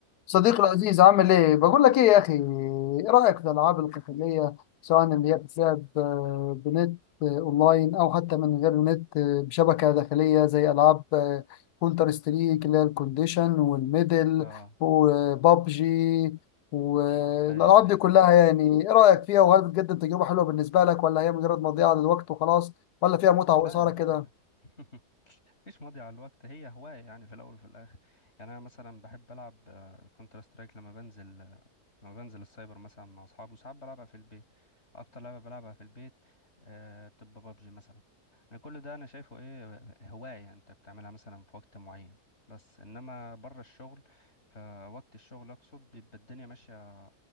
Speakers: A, on the left; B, on the left.
A: صديقي العزيز عامل ايه؟ بقول لك ايه يا اخي ايه رأيك في الالعاب القتالية سواء اللي هي بتلعب آه، بنت آه، اونلاين او حتى من غير نت آه، بشبكة داخلية زي العاب آه، كونتر ستريك اللي هي الكونديشن والميدل
B: اه
A: وبابجي والالعاب
B: ايوه ايوه
A: دي كلها
B: ايوه
A: يعني ايه رأيك فيها وهل بتقدم تجربة حلوة بالنسبة لك ولا هي مجرد مضيعة للوقت وخلاص ولا فيها متعة
B: لا
A: وإثارة
B: يا
A: كده؟
B: راجل <laughs> مفيش ماضي على الوقت هي هواية يعني في الأول وفي الآخر يعني أنا مثلا بحب ألعب كونتر سترايك لما بنزل آه، لما بنزل السايبر مثلا مع أصحابي وساعات بلعبها في البيت أكتر لعبة بلعبها في البيت آه، بتبقى بابجي مثلا أنا كل ده أنا شايفه إيه هواية أنت بتعملها مثلا في وقت معين بس إنما بره الشغل فوقت الشغل أقصد بيبقى الدنيا ماشية